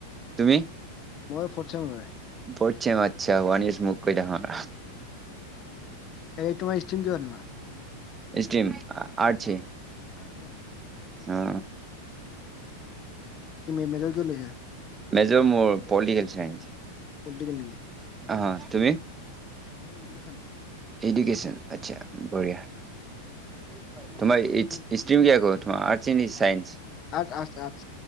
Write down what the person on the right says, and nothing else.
তুমি
ফটচেম আচ্ছা ওৱান ইছ মোতকৈ দাঙৰ
ষ্টিম আঠছে
অ
মেজৰ মোৰ পলিটিকেল চাইঞ্চ
অ তুমি
এডোকেচন আচছা বঢ়িয়া <unintelligible>